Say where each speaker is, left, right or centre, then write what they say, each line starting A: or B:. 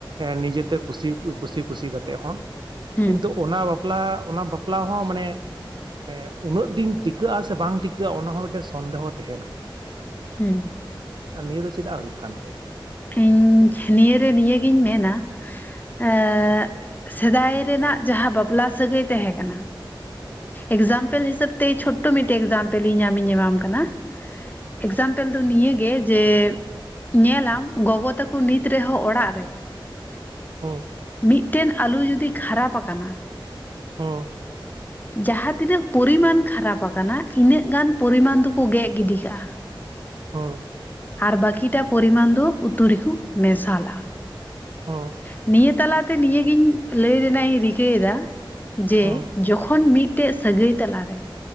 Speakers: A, on the right; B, on the left.
A: ᱱᱤᱡᱮᱛᱮ ᱠᱩᱥᱤ, ᱠᱩᱥᱤ ᱠᱩᱥᱤ ᱠᱟᱛᱮᱜ ᱦᱚᱸ᱾
B: ᱦᱩᱸ
A: ᱠᱤᱱᱛᱩ ᱚᱱᱟ ᱵᱟᱯᱞᱟ ᱚᱱᱟ ᱵᱟᱯᱞᱟ ᱦᱚᱸ ᱢᱟᱱᱮ ᱢᱟᱱᱮ ᱩᱱᱟᱹᱜ ᱫᱤᱱ ᱴᱤᱠᱟᱹᱜᱼᱟ ᱥᱮ ᱵᱟᱝ ᱴᱤᱠᱟᱹᱜᱼᱟ? ᱚᱱᱟ ᱦᱚᱸ ᱢᱤᱫᱴᱮᱱ ᱥᱚᱱᱫᱮᱦᱚ ᱛᱟᱦᱮᱸᱱ ᱠᱟᱱᱟ ᱾
B: ᱦᱩᱸ ᱾
A: ᱟᱨ ᱱᱤᱭᱟᱹ ᱫᱚ ᱪᱮᱫᱟᱜ ᱦᱩᱭᱩᱜ ᱠᱟᱱ ᱛᱮ?
B: ᱤᱧ ᱱᱤᱭᱟᱹ ᱨᱮ ᱱᱤᱭᱟᱹᱜᱤᱧ ᱢᱮᱱᱟ ᱮᱸᱜ ᱥᱮᱫᱟᱭ ᱨᱮᱱᱟᱜ ᱡᱟᱦᱟᱸ ᱵᱟᱯᱞᱟ ᱥᱟᱹᱜᱟᱹᱭ ᱛᱟᱦᱮᱸ ᱠᱟᱱᱟ ᱮᱠᱡᱟᱢᱯᱮᱞ ᱦᱤᱥᱟᱹᱵᱽ ᱛᱮ ᱪᱷᱚᱴᱳ ᱢᱤᱫᱴᱮᱡ ᱮᱠᱡᱟᱢᱯᱮᱞ ᱤᱧ ᱟᱢᱤᱧ ᱮᱢᱟᱢ ᱠᱟᱱᱟ ᱾ ᱮᱠᱡᱟᱢᱯᱚᱞ ᱫᱚ ᱱᱤᱭᱟᱹᱜ ᱜᱮ ᱡᱮ ᱧᱮᱞ ᱟᱢ ᱜᱚᱜᱚ ᱛᱟᱠᱩ ᱱᱤᱛ ᱨᱮᱦᱚᱸ ᱚᱲᱟᱜ ᱨᱮ
A: ᱦᱩᱸ᱾
B: ᱢᱤᱫᱴᱮᱱ ᱟᱹᱞᱩ ᱡᱩᱫᱤ ᱠᱷᱟᱹᱨᱟᱯ ᱟᱠᱟᱱᱟ
A: ᱦᱩᱸ᱾
B: ᱡᱟᱦᱟᱸ ᱛᱤᱱᱟᱹᱜ ᱯᱚᱨᱤᱢᱟᱱ ᱠᱷᱟᱨᱟᱯ ᱟᱠᱟᱱᱟ ᱤᱱᱟᱹᱜ ᱜᱟᱱ ᱯᱚᱨᱤᱢᱟᱱ ᱫᱚᱠᱚ ᱜᱮᱫ ᱜᱤᱰᱤ ᱠᱟᱜᱼᱟ ᱾
A: ᱦᱩᱸ ᱾
B: ᱟᱨ ᱵᱟᱠᱤᱴᱟ ᱯᱚᱨᱤᱢᱟᱱ ᱫᱚ ᱩᱛᱩ ᱨᱮᱠᱚ ᱢᱮᱥᱟᱞᱟ ᱾
A: ᱦᱚᱸ ᱾
B: ᱱᱤᱭᱟᱹ ᱛᱟᱞᱟ ᱛᱮ ᱱᱤᱭᱟᱹ ᱜᱮᱧ ᱞᱟᱹᱭ ᱨᱮᱱᱟᱜ ᱤᱧ ᱨᱤᱠᱟᱹᱭ ᱮᱫᱟ ᱡᱮ
A: ᱦᱩᱸ
B: ᱡᱚᱠᱷᱚᱱ ᱢᱤᱫᱴᱮᱡ ᱥᱟᱹᱜᱟᱹᱭ ᱛᱟᱞᱟ ᱨᱮ